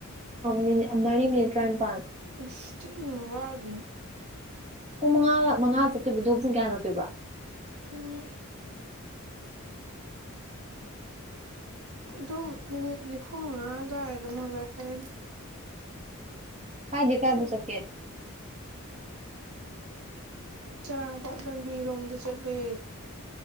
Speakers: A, on the right; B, on the right.
A: ꯃꯤꯅꯤꯠ ꯃꯔꯤ ꯃꯤꯅꯤꯠ ꯇꯔꯥꯅꯤꯄꯥꯟ꯫
B: ꯑꯁ ꯊꯤꯟ ꯋꯥꯠꯂꯤ꯫
A: ꯄꯨꯡ ꯃꯉꯥꯒ ꯃꯉꯥ ꯆꯠꯇꯣꯏꯕꯗꯣ ꯑꯗꯨꯒ ꯄꯨꯡ ꯀꯌꯥ ꯅꯠꯇꯣꯏꯕ꯫
B: ꯄꯨꯡ꯫ ꯑꯗꯨꯝ ꯃꯤꯅꯤꯠ ꯅꯤꯐꯨ ꯃꯉꯥ ꯑꯗꯨꯋꯥꯏ ꯑꯗꯨꯝ ꯍꯜꯂꯛꯄꯅꯤꯗ꯫
A: ꯀꯏꯗꯩꯩ ꯀꯥꯏꯕꯣꯛ
B: ꯁꯤ
A: ꯆꯠꯀꯦ꯫
B: ꯆꯔꯥꯡꯄꯥꯠ ꯂꯝꯕꯤꯔꯣꯝꯗ ꯆꯠꯂꯦ꯫